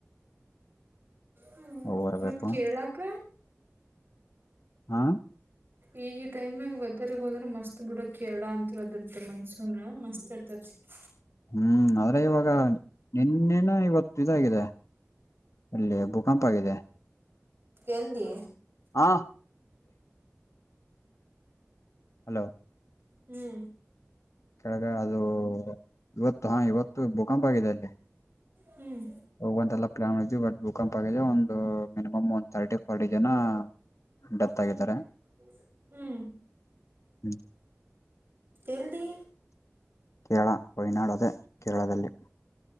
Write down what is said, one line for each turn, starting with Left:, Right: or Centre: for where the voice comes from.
Right: ಹ
Left: ಹೊರ್ಬೇಕು
Right: ಮತ್ ಕೇಳಾಕ್ಕ
Left: ಹಾ
Right: ಈ ಈ ಟೈಮ್ನಾಗ ವೆದರ್ಗ ಹೋದ್ರೆ ಮಸ್ತ್ ಬಿಡ ಕೇರಳಾ ಅಂತ್ರು ಅದರ್ದ್ ಮನ್ಸೂನ್ ಮಸ್ತ್ ಇರ್ತೇತಿ. <unintelligible>
Left: ಹ್ಮ್ ಆದ್ರೆ ಇವಾಗಾ ನಿನ್ನೆನ ಇವತ್ತ ಇದಾಗಿದೆ. ಅಲ್ಲಿ ಭೂಕಂಪ ಆಗಿದೆ.
Right: ಎಲ್ಲಿ?
Left: ಆ ಹಲೋ
Right: ಹ್ಮ್
Left: ಕೆಳಗ ಅದು ಇವತ್ತು ಹಾ ಇವತ್ತು ಭೂಕಂಪ ಆಗಿದೆ ಅಲ್ಲಿ.
Right: ಹ್ಮ್
Left: ಹೋಗುವಂತೆಲ್ಲಾ ಪ್ಲ್ಯಾನ್ ಮಾಡಿದ್ದು ಬಟ್ ಭೂಕಂಪ ಆಗಿದೆ ಒಂದು ಮಿನಿಮಮ್ ಒಂದ್ ಥರ್ಟಿ ಫೋರ್ಟಿ ಜನಾ ಡೆತ್
Right: ಹ್ಮ್
Left: ಆಗಿದಾರೆ.
Right: ಹ್ಮ್
Left: ಹ್ಮ್
Right: ಎಲ್ಲಿ?
Left: ಕೇರಳ ವಯನಾಡು ಅದೇ ಕೇರಳದಲ್ಲಿ